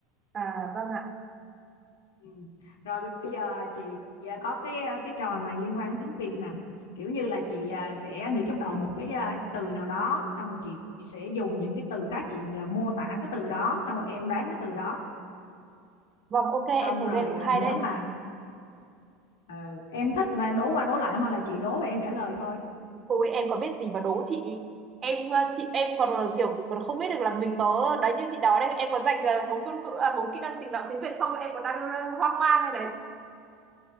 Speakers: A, on the right; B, on the left.
A: à vâng ạ
B: ừ. rồi bây giờ chị à, có cái à, cái trò này liên quan đến tiếng Việt nè kiểu như là chị à, sẽ nghĩ trong đầu một cái à, từ nào đó xong rồi chị sẽ dùng những cái từ khác chị à, mô tả cái từ đó xong rồi em đoán cái từ đó
A: vâng ok em
B: xong
A: thấy
B: rồi
A: nghe cũng
B: à,
A: hay
B: nếu
A: đấy
B: mà ờ, em thích mà đố qua đố lại hoặc là chị đố và em trả lời thôi
A: ôi em có biết gì mà đố chị em ờ, chị em còn là kiểu còn không biết được là mình có đấy như chị nói đấy em có dành ờ, bốn ngôn ngữ à, bốn kỹ năng tình nói tiếng Việt không em còn đang ờ, hoang mang này